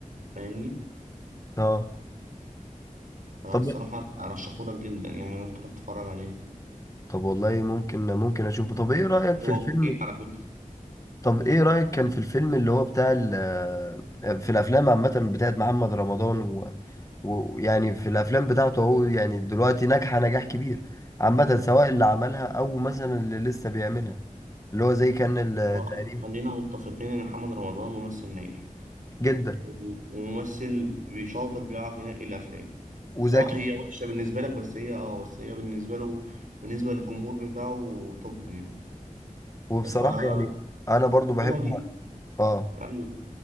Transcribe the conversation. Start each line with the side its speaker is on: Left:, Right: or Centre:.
Right: فاهمني
Left: اه
Right: فالصراحة
Left: طب
Right: أرشحهولك جدا يعني إنك تروح تتفرج عليه
Left: طب والله ممكن ممكن اشوفه طب ايه رأيك في
Right: هو
Left: الفيلم
Right: جزئين على فكرة
Left: طب ايه رأيك كان في الفيلم اللي هو بتاع ال آه، في الافلام عامة بتاعت محمد رمضان و- ويعني في الافلام بتاعته هو يعني دلوقتي ناجحة نجاح كبير عامة سواء اللي عملها او مثلا اللي لسه بيعملها اللي هو زي كان التقريب
Right: هو خ- خلينا متفقين إن محمد رمضان ممثل ناجح
Left: جدا
Right: و- وممثل بيشاطر بيعرف ينقي الأفلام
Left: وزكي
Right: سواء هي وحشة بالنسبة لك بس هي اه بس هي بالنسبة له بالنسبة للجمهور بتاعه توب يعني
Left: وبصراحة
Right: فهو
Left: يعني انا برضو بحبه
Right: دي
Left: اه
Right: أيوه